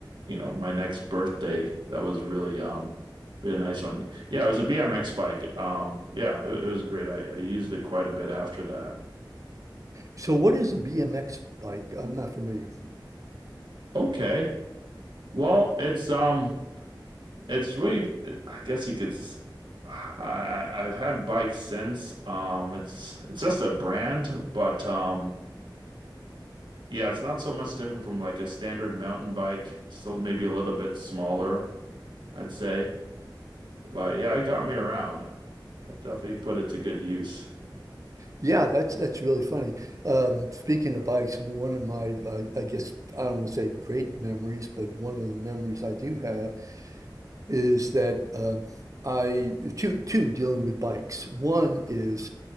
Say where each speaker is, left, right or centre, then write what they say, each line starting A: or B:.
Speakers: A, on the right; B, on the right.
A: you know, my next birthday. That was really um really nice one. Yeah, it was a BMX bike. Um, yeah, it, it was great. I, I used it quite a bit after that.
B: so what is a BMX bike? I'm not familiar.
A: Okay. Well, it's um, it's really, I guess you could. s- I I- I've had bikes since. Um, it's it's just a brand, but um, yeah, it's not so much different from like a standard mountain bike. It's still maybe a little bit smaller, I'd say. But yeah, it got me around. I definitely put it to good use.
B: Yeah, that's that's really funny. Um, speaking of bikes, one of my I, I guess I don't want to say great memories, but one of the memories I do have is that um, I two two dealing with bikes. One is